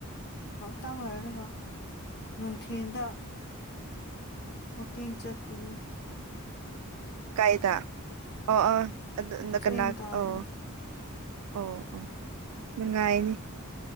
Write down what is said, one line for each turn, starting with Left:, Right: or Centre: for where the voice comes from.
Left: ꯉꯥꯛꯇꯪ ꯂꯩꯔꯒ ꯅꯨꯡꯊꯤꯟꯗ ꯋꯥꯀꯤꯡ ꯆꯠꯀꯅꯤ
Right: ꯀꯥꯏꯗ ꯑꯣ ꯑꯣ ꯑꯗꯨ
Left: ꯆꯦꯡ
Right: ꯀꯅꯥ
Left: ꯀꯥꯗꯣꯏꯅꯤ
Right: ꯑꯣ ꯑꯣ ꯑꯣ ꯅꯨꯡꯉꯥꯏꯅꯤ